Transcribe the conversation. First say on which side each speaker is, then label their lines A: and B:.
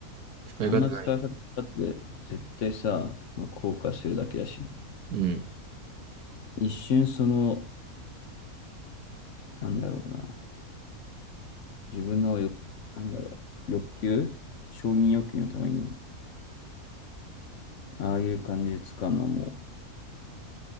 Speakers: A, on the right; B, on the left.
A: 使い方ない。
B: あんな使い方だって絶対さ、まあ、後悔するだけだし、
A: うん。
B: 一瞬その、なんだろうな、自分の欲、なんだろう、欲求承認欲求のために、ああいう感じで使うのはも